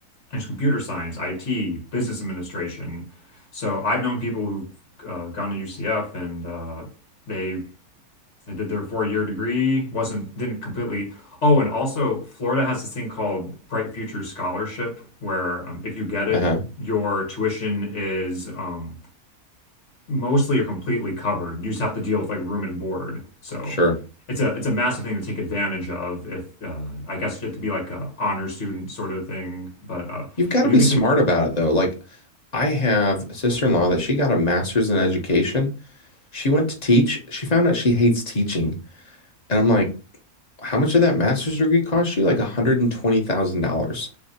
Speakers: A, on the left; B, on the left.
A: there's computer science, IT, business administration. So I've known people who've uh, gone to UCF and uh, they they did their four-year degree, wasn't didn't completely. Oh, and also Florida has this thing called Bright Futures Scholarship, where um, if you get it,
B: Uh-huh.
A: your tuition is um, mostly or completely covered. You just have to deal with like room and board. So
B: Sure.
A: it's a it's a massive thing to take advantage of. If uh, I guess you have to be like a honor student sort of thing, but uh,
B: You've got
A: if
B: to be
A: you can
B: smart
A: take
B: about it though. Like I have a sister-in-law that she got a master's in education. She went to teach. She found out she hates teaching. And I'm like, how much did that master's degree cost you? Like $120,000.